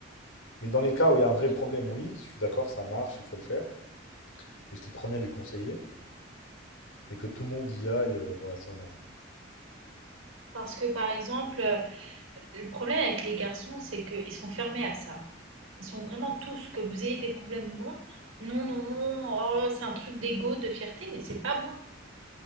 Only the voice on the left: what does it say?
Mais dans les cas où il y a un vrai
problème, oui, je suis d'accord, ça marche, il faut le faire. Et j'étais le premier à lui conseiller. Mais que tout le monde y aille, euh, ouais, ça non.